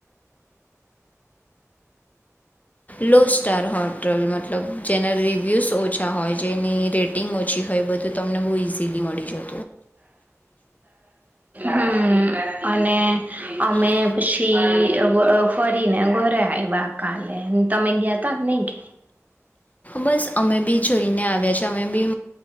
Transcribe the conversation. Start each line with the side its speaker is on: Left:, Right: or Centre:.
Left: લોસ્ટ સ્ટાર હોટલ મતલબ ચેનરલ <inaudible> વ્યૂઝ ઓછા હોય જેની રેટિંગ ઓછી હોય બધું તો તમને બહુ ઇઝીલી મળી શ.
Right: હમ. અને અમે
Left: ફરીને ઘરે આવ્યા તમે ગયા હતા ને
Right: પછી, કરીને ઘરે આવ્યા કાલે. તમે ગયા ત નહી?
Left: બસ અમે બી જઈને આવ્યા છી અમે બી